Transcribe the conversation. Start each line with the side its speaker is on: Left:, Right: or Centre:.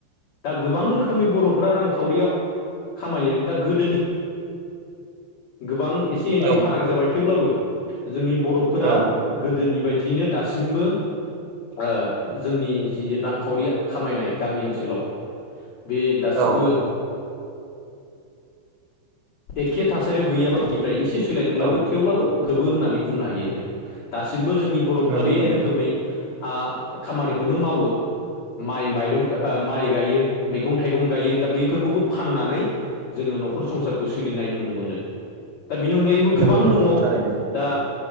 Left: दा गोबां रोखोमनि बर'फोरा रांखावरियाव खामायो दा गोदोनि गोबां एसे एनै
Right: औ
Left: फाराग जाबाय थेवब्लाबो जोंनि बर'फोरा
Right: औ
Left: गोदोनि बायदियैनो दासिमबो ओ जोंनि जि रांखावरि खामायनाय गामि ओनसोलाव बे दासिमबो
Right: औ
Left: एखे थासारियाव गैयाबनिफ्राय एसे सोलायदोंब्लाबो
Right: औ
Left: थेवब्लाबो गोबो होननानै बुंनो हायो आङो दासिमबो जोंनि बर'फोरा
Right: नंगौ
Left: बे
Right: नंगौ
Left: रोखोमै आ खामानिखौनो मावो। माइ माइरं गो ओ माइ गायो मैगं थाइगं गायो दा बैफोरखौबो फाननानै जोङो न'खर संसारखौ सोलिनाय नुनो मोनो दा बेनि अनगायैबो गोबां
Right: नंगौ नंगौ
Left: दङ।
Right: थारैनो
Left: दा